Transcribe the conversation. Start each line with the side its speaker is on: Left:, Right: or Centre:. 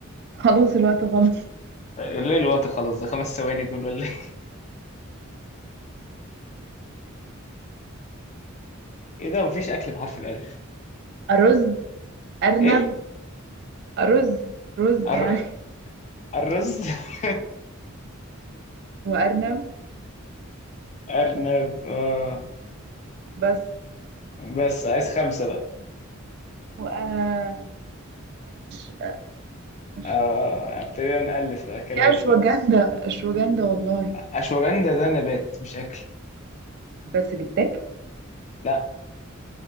Right: خلاص الوقت خلص
Left: ليه الوقت خلص ده خمس ثواني دول ولا ايه ايه ده مفيش اكل بحرف الالف
Right: أرز أرنب
Left: ايه
Right: أرز رز
Left: أر...
Right: يعني
Left: الرز <laughs>
Right: وأرنب
Left: ارنب آه.
Right: بس
Left: بس عايز خمسة بقى
Right: وأش أش أش
Left: آه. ابتدينا نألف اكلات
Right: في أشواجندا
Left: بقى
Right: أشواجندا والله
Left: اشواجندا ده نبات مش اكل
Right: بس بيتاكل
Left: لا